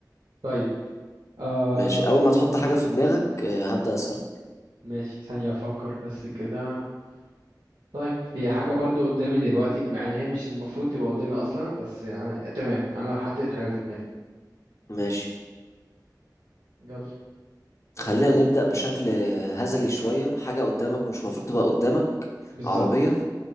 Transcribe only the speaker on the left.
ماشي اول ما تحط حاجه في دماغك آه، هبدا اسالك
ماشي
خلينا نبدا بشكل آه، هزلي شويه حاجه قدامك ومش المفروض تبقى قدامك
عربيه